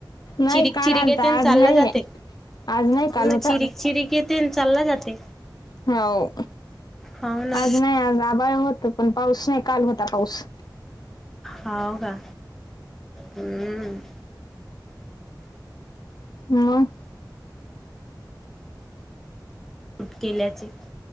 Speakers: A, on the left; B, in the centre.
A: नाही
B: चिरीक
A: काल
B: चिरीक
A: आलता
B: येतेय, आणि
A: आज
B: चालला
A: नाहीये
B: जाते्य,,
A: आज नाही
B: हो
A: काल
B: ना,
A: होता
B: चिरीऽ चिरीक येतेय, आन चालला जातेय.
A: होव,,
B: हाव ना
A: आज नाही आज आबाळ होत, पण पाऊस नाही, काल होता पाऊस.
B: होव का,, हम्म.
A: मग?
B: शूट केल्याचे.